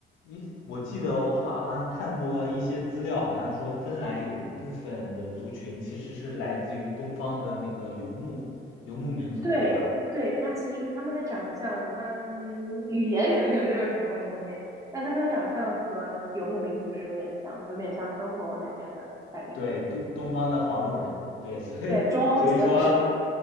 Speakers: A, on the left (about 85°); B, on the right (about 15°).
A: 咦，我记得我好像看过一些资料，好像说芬兰有一部分的族群其实是来自于东方的那个游牧游牧民族，
B: 对对，
A: 对吧？
B: 他其实他们的长相，他们语言可能没有什么共同点，但他们的长相和游牧民族是有点像，有点像中国那边的感觉。
A: 对，东东方的黄种人，对，所以所以说
B: 对，中欧结合。